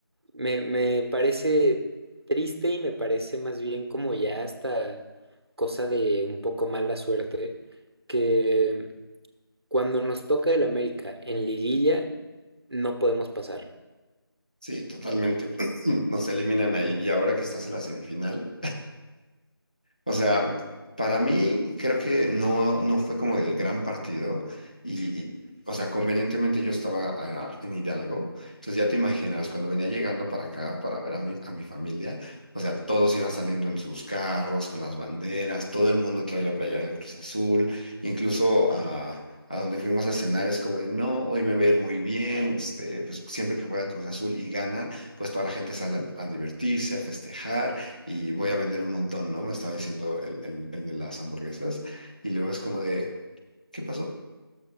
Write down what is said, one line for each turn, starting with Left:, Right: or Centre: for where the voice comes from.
Right: me, me parece triste y me parece más bien como ya hasta cosa de un poco mala suerte, que cuando nos toca el América en liguilla, no podemos pasar.
Left: sí, totalmente. <clears throat> Nos eliminan ahí y ahora que estás en la semifinal. O sea, para mí creo que no, no fue como el gran partido y, y, o sea, convenientemente yo estaba ah, en Hidalgo, entonces ya te imaginas, cuando venía llegando para acá para ver a mi, a mi familia, o sea, todos iban saliendo en sus carros con las banderas, todo el mundo trae la playera de Cruz Azul, incluso a, a donde fuimos a cenar es como de, no, hoy me va a ir muy bien, este, pues siempre que juega el Cruz Azul y gana, pues toda la gente sale a a divertirse, a festejar y voy a vender un montón, ¿no? Me estaba diciendo el, el- el de las hamburguesas. Y luego es como de, ¿qué pasó?